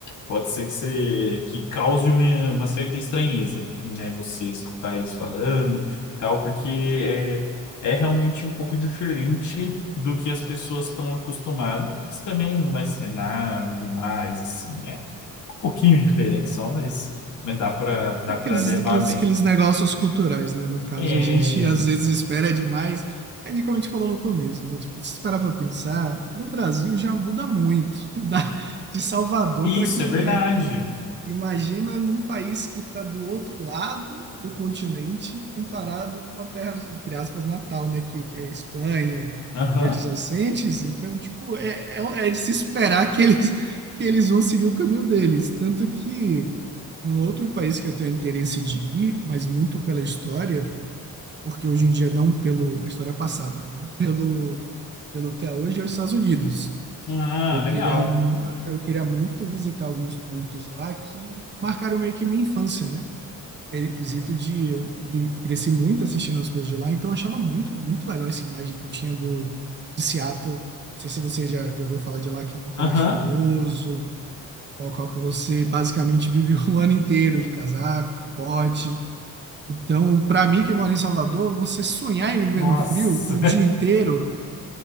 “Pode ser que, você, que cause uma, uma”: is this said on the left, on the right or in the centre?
Left